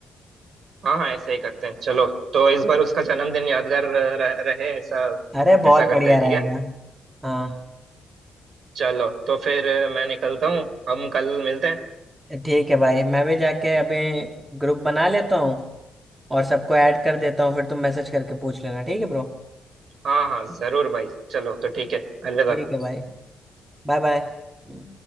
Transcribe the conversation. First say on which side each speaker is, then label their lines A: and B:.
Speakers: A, on the right; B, on the right.
A: हाँ हाँ ऐसे ही करते हैं चलो तो इस बार उसका जन्मदिन यादगार रह, रहे ऐसा
B: अरे बहुत
A: ऐसा करते
B: बढ़िया
A: हैं
B: रहेगा
A: ठीक है
B: हाँ
A: चलो तो फिर मैं निकलता हूँ हम कल मिलते हैं
B: ठीक है भाई मैं भी जाके अभी ग्रुप बना लेता हूँ और सबको ऐड कर देता हूँ फिर तुम मैसेज करके पूछ लेना ठीक है ब्रो
A: हाँ हाँ जरूर भाई चलो तो ठीक है अलविदा
B: ठीक है भाई Bye bye